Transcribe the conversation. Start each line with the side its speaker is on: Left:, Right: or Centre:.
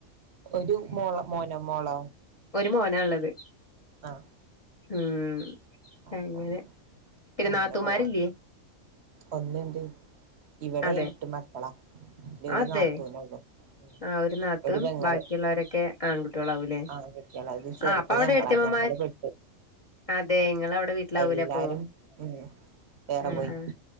Right: ഒരു മോള മോനോ മോള
Left: മോന ഇള്ളത്.
Right: ആഹ്
Left: ഉം
Right: അപ്പം
Left: അങ്ങനെ പിന്നെ
Right: അങ്ങനെ
Left: നാത്തൂമാരില്ലേ?
Right: പോവണ്ട് ഒന്നുണ്ട് ഇവിടെ
Left: അതെ
Right: എട്ട് മക്കളാ അ ഒരു
Left: അതെ
Right: നാത്തൂനേള്ളൂ. ഉം
Left: ആഹ് നാത്തൂൻ
Right: ഒരു പെങ്ങള്
Left: ബാക്കിയുള്ളവരൊക്കെ ആൺകുട്ടികളാവൂല്ലേ
Right: ആക അത് ചെർത്
Left: ആഹ് അപ്പൊ അവിടെ
Right: ഞങ്ങളാ
Left: ഏടത്തിയമ്മമാര്
Right: ഞ ങ്ങള് പെട്ടു.
Left: അതെ നിങ്ങള് അവിടെ വീട്ടിലാവൂലെ
Right: എല്ലാരും
Left: അപ്പൊ
Right: ഉം വേറെ
Left: ആഹ്
Right: പോയി
Left: ആഹ്